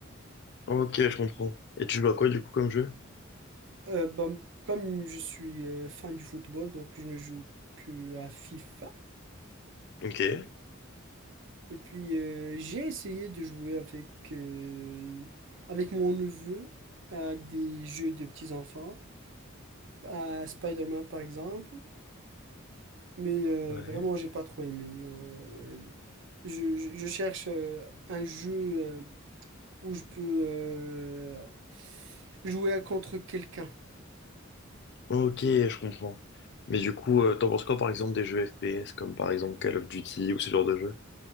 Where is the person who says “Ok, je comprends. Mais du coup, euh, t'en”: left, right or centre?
Left